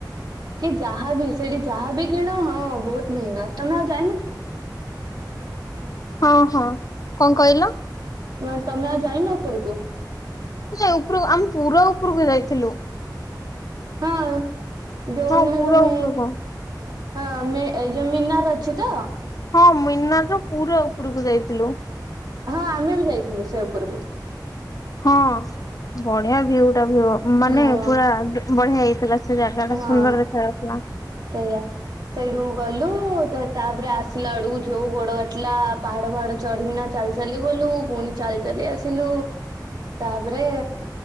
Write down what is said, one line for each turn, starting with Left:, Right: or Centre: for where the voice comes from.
Right: କି ଯାହାବି ସେଠି ଯାହାବି କିଣ ହଁ ବହୁତ୍ ମେହେଙ୍ଗା ତମେ ଆଉ ଯା
Left: ହଁ ହଁ କଁ କଇଲ।
Right: <unintelligible> ତମେ ଆଉ ଯାଇନ ଉପରକୁ।
Left: ସେ ଉପରକୁ ଆମେ ପୁର ଉପରକୁ ଯାଇଥିଲୁ।
Right: ହଁ ଯୋଉ
Left: ହଁ
Right: ନେହରୁମେ
Left: ପୁରା ଉପରକୁ।
Right: ହଁ ମେ ଏଇଯୋଉ ମିନାର ଅଛି ତ।
Left: ହଁ ମିନା ର ପୁରା ଉପୁରକୁ ଯାଇଥିଲୁ।
Right: ହଁ ଆମେ ବି ଯାଇଥିଲୁ ସେ ଉପୁରୁକୁ।
Left: ହଁ ବଢିଆ ଭିଉ ଟା ଭି ଉ ମାନେ
Right: ହଁ
Left: ପୁରା ବଢିଆ ହେଇଥିଲା ସେ ଯା ଯାଗା
Right: ହଁ।
Left: ସୁନ୍ଦର ଦେଖାଯାଉଥିଲା।
Right: ସେଇଆ। ସେଇଠୁକୁୁ ଗଲୁ ତାପରେ ଆସିଲା ବେଳକୁ ଯୋଉ ଗୋଡ କାଟିଲା ପାହାଡ ଫାହାଡ ଚଢିକିନା ଚାଲି ଚାଲି ଗଲୁ ପୁଣି ଚାଲି ଚାଲି ଆସିଲୁ। ତାପରେ